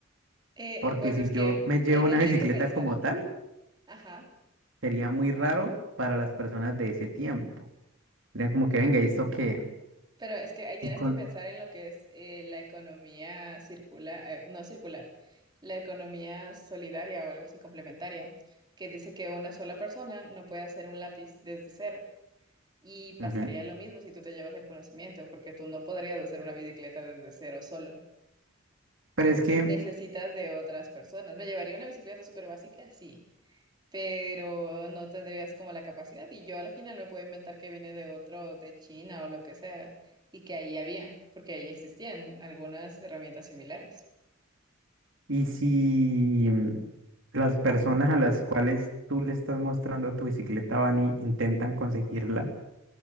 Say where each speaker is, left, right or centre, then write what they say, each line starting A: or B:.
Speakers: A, on the right; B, on the right.
A: Eh,
B: Porque
A: eh, pues
B: si
A: es
B: yo
A: que
B: me llevo
A: ahí tendría
B: una <laughs> bicicleta
A: que pensar,
B: como tal,
A: ajá,
B: sería muy raro para las personas de ese tiempo. Serían como que venga, ¿y esto qué?
A: pero es que ahí tienes
B: Y con...
A: que pensar en lo que es eh, la economía circular, eh, no circular, la economía solidaria o algo así complementaria, que dice que una sola persona no puede hacer un lápiz desde cero Y
B: Ujú.
A: pasaría lo mismo si tú te llevas el conocimiento, porque tú no podrías hacer una bicicleta desde cero solo.
B: Pero es que,
A: Necesitas de otras personas. Me llevaría una bicicleta súper básica, sí, pero no tendrías como la capacidad. Y yo a la final me puedo inventar que viene de otro, de China o lo que sea, y que ahí había, porque ahí existían algunas herramientas similares.
B: ¿y si las personas a las cuales tú le estás mostrando tu bicicleta van y intentan conseguirla